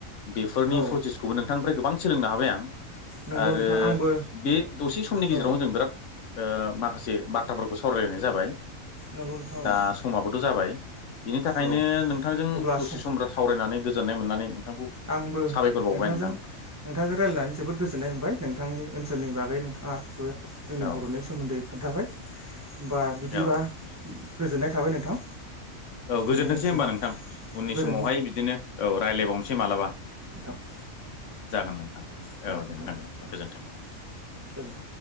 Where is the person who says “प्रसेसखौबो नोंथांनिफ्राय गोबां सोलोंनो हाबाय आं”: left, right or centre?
Left